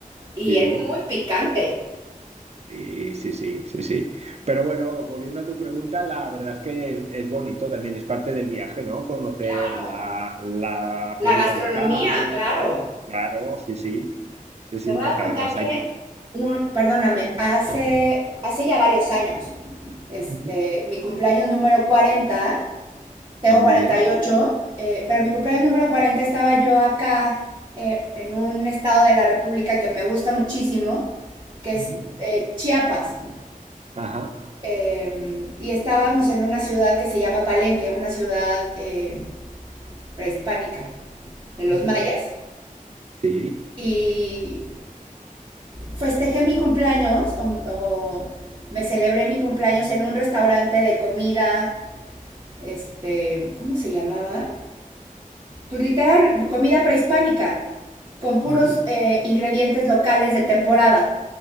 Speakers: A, on the right; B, on the right.
A: y
B: sí.
A: es muy picante.
B: Sí, sí, sí, sí, sí. Pero bueno, volviendo a tu pregunta, la verdad es que es, es bonito también, es parte del viaje, ¿no? Conocer
A: Claro.
B: la, la
A: La
B: comida
A: gastronomía,
B: local.
A: claro.
B: Claro, sí, sí. Sí, sí,
A: Te voy
B: porque
A: a contar
B: además
A: que,
B: hay...
A: un- perdóname, hace, hace ya varios años, este,
B: Ujú.
A: mi cumpleaños número 40, tengo
B: Ah, muy
A: 48,
B: bien.
A: eh, pero mi cumpleaños número 40 estaba yo acá eh, en un estado de la República que me gusta muchísimo, que
B: Ujú.
A: es eh, Chiapas.
B: Ajá.
A: eh, y estábamos en una ciudad que se llama Palenque, una ciudad eh, prehispánica, de los
B: Ujú.
A: mayas.
B: Sí.
A: Y festejé mi cumpleaños, o, o me celebré mi cumpleaños en un restaurante de comida, este, ¿cómo se llamaba? Pues literal, comida prehispánica, con puros
B: Ujú.
A: eh, ingredientes locales de temporada.